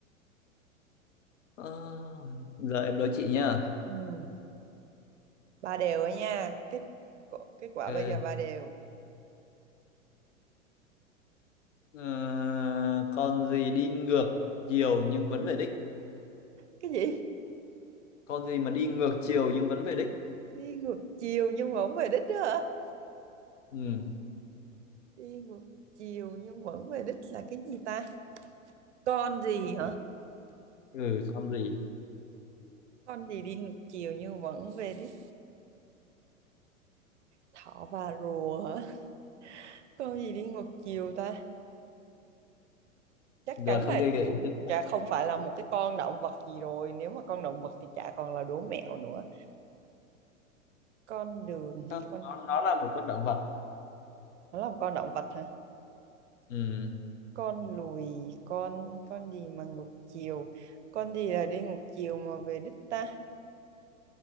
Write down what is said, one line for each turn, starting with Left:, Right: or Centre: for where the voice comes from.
Left: Ờ, giờ em đố chị nhá
Right: ừ, ba đều ấy nha kết co- kết quả
Left: ok
Right: bây giờ ba đều
Left: Ờ, con gì đi ngược chiều nhưng vẫn về đích
Right: cái gì
Left: con gì mà đi ngược chiều nhưng vẫn về đích
Right: đi ngược chiều nhưng vẫn về đích đó hả
Left: ừ
Right: đi ngược chiều nhưng vẫn về đích là cái gì ta con gì hả
Left: ừ con gì
Right: con gì đi ngược chiều nhưng vẫn về đích thỏ và rùa hả con gì đi ngược chiều ta chắc
Left: giờ
Right: chắn
Left: không
Right: là
Left: chơi gợi ý nữa.
Right: chả không phải là một cái con động vật gì rồi nếu mà con động vật thì chả còn là đố mẹo nữa con đường
Left: Không,
Right: hả con
Left: nó nó là một con động vật
Right: nó là một con động vật hả
Left: ừ
Right: con lùi con con gì mà ngược chiều con gì là đi ngược chiều mà về đích ta